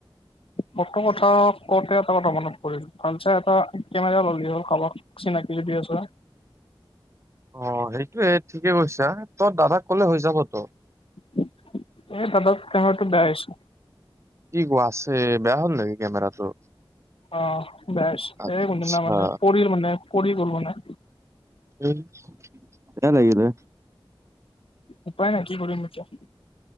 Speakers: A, on the left; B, on the right.
A: ফটো কথা কওঁতে এটা কথা মনত পৰিল ভাল চাই এটা কেমেৰা ললি হ'ল কাবাক। চিনাকি যদি আছে।
B: অহ সেইটোয়ে ঠিকে কৈছা তৰ দাদাক ক'লে হৈ যাব ত।
A: এ দাদাক কেমেৰাটো বেয়া হৈছে।
B: কি কোৱা আছে বেয়া হ'ল নেকি কেমেৰাটো?
A: অহ বেয়া হৈছে
B: আচ্ছা
A: এই কোনদিনা মানে পৰিল মানে পৰি গ'ল মানে।
B: এই বেয়া লাগিলে।
A: উপায় নাই কি কৰিম এতিয়া।